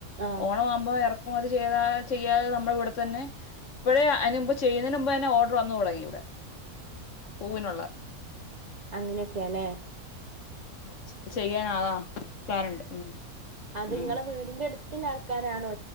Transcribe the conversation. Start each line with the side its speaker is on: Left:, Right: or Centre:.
Right: ആ
Left: ഓണം ആവുമ്പോ ഇറ അപ്പ അത് ചെയ്താ ചെയ്യാതെ നമ്മുടെ ഇവിടെ തന്നെ ഇപ്പഴേ അതിന് മുമ്പ് ചെയ്യുന്നതിന് മുമ്പ് തന്നെ ഓർഡർ വന്നു തുടങ്ങി ഇവിടെ. പൂവിനുള്ള
Right: അങ്ങനെയൊക്കെയാല്ലേ.
Left: <unintelligible> ചെയ്യാൻ ആതാ കാറുണ്ട്. ഉം
Right: അത്ങ്ങളെ
Left: ഉം
Right: വീടിന്റെടു ത്തില്ലാൾക്കാരാണോ